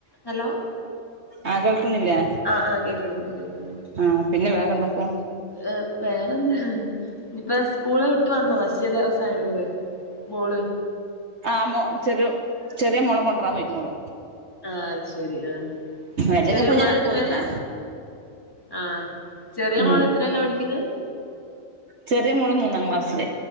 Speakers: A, on the left; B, on the right.
A: Hello
B: ആഹ് കേൾക്കുന്നില്ലെ?
A: ആഹ് ആഹ് കേക്ക്ന്ന്ണ്ട് കേക്ക്ന്ന്ണ്ട്.
B: ആഹ് പിന്നെ വെറെ എന്തൊക്കെ
A: ഏഹ് വെറെ എന്താ ഇഞ്ഞിപ്പാ സ്കൂൾ വി ട്ടു വന്നു ഫസ്റ്റ് ദെവസായോണ്ട് മോൾ
B: ആഹ് മോ ചെറോ ചെറെ മോളെ കൊണ്ട്രാന് പോയിക്ക്ണ് ഓൾ.
A: ആഹ് അത് ശെരി ആഹ്
B: അല്ലെങ്കി
A: ചെറെ
B: ഇപ്പൊ
A: മോൾ
B: ഞാൻ
A: എത്രേലാ?
B: പോയില്ലേ
A: ആഹ് ചെറെ
B: ഉം
A: മോൾ എത്രെലാ പഠിക്കിന്നെ
B: ചെറെ മോൾ മൂന്നാം ക്ലാസിൽ